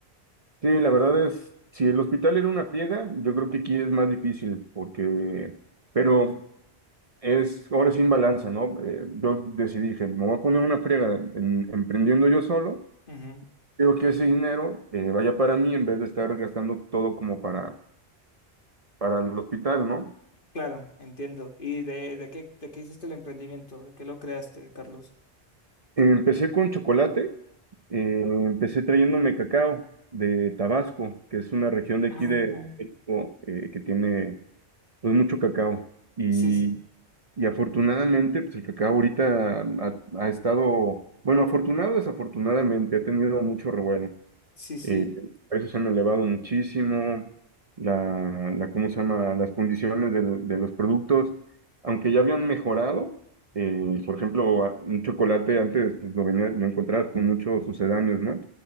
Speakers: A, on the right; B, on the left.
A: sí, la verdad es, si el hospital era una friega, yo creo que aquí es más difícil porque, pero es ahora sin balanza, ¿no? Eh, yo decidí, dije, me voy a poner una friega en- emprendiendo yo solo,
B: ¿no?
A: creo que ese dinero eh, vaya para mí en vez de estar gastando todo como para, para el hospital, ¿no?
B: Claro, entiendo. ¿Y de, de qué, de qué hiciste el emprendimiento? ¿De qué lo creaste, Carlos?
A: Empecé con chocolate, eh, empecé trayéndome cacao de Tabasco, que es una región de
B: Ah,
A: aquí de
B: ah.
A: México eh, que tiene pues mucho cacao. Y,
B: sí, sí,
A: y afortunadamente, pues el cacao ahorita ha, ha estado, bueno, afortunado o desafortunadamente, ha tenido mucho revuelo.
B: sí, sí,
A: Eh, los precios han elevado muchísimo, la, la- ¿cómo se llama? Las condiciones del- de, los productos, aunque ya habían mejorado, eh, por ejemplo, a- un chocolate antes pues, lo, venía- lo encontrabas con muchos sucedáneos, ¿no?